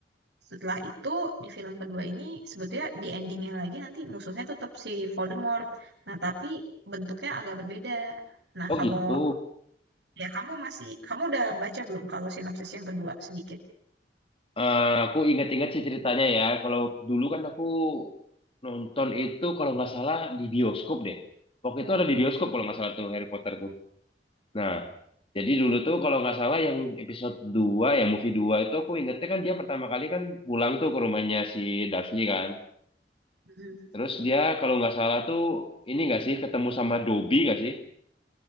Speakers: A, on the right; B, on the left.
A: Setelah itu di film kedua ini sebetulnya di endingnya lagi nanti musuhnya tetap si Voldemort. Nah tapi bentuknya agak berbeda. Nah
B: Oh
A: kalau
B: gitu.
A: ya kamu masih kamu udah baca belum kalau sinopsis yang kedua sedikit?
B: Eh, aku ingat-ingat sih ceritanya ya, kalau dulu kan aku nonton itu kalau nggak salah di bioskop deh. Waktu itu ada di bioskop kalau nggak salah tuh Harry Potter tuh. Nah, jadi dulu tuh kalau nggak salah yang episode 2, ya movie 2 itu aku ingetnya kan dia pertama kali kan pulang tuh ke rumahnya si Dursley kan.
A: Hmm.
B: Terus dia kalau nggak salah tuh ini nggak sih ketemu sama Dobby nggak sih?